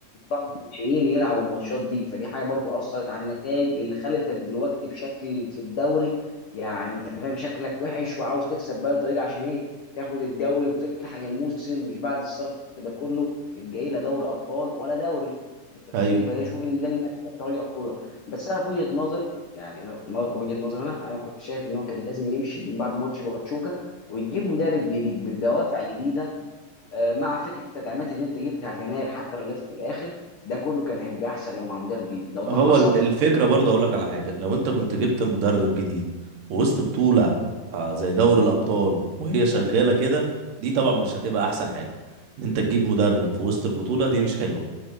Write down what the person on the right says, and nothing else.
ايوه
هو
ال- الفكرة
برضه أقول لك على حاجة لو أنت كنت جبت مدرب جديد في وسط بطولة آه، زي دوري الأبطال وهي شغالة كده دي طبعا مش هتبقى أحسن حاجة إن أنت تجيب مدرب في وسط البطولة دي مش حلوة